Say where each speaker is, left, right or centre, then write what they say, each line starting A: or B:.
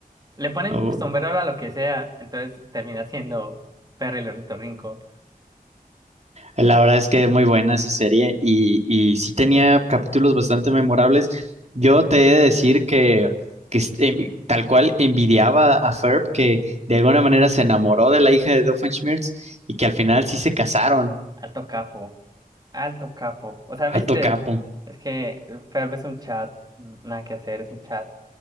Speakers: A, on the right (about 25°); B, on the right (about 45°).
A: Le ponen
B: Oh.
A: sombrero a lo que sea, entonces termina siendo perro el ornitorrinco.
B: La verdad es que es muy buena esa serie y, y sí tenía capítulos bastante memorables. Yo te he de decir que, que est- em, tal cual envidiaba a Ferb que de alguna manera se enamoró de la hija de Doofenshmirtz y que al
A: Oh.
B: final sí se casaron.
A: Alto capo, alto capo.
B: <laughs>
A: O sea, viste,
B: Alto capo.
A: es que Ferb es un chat, nada que hacer, es un chat.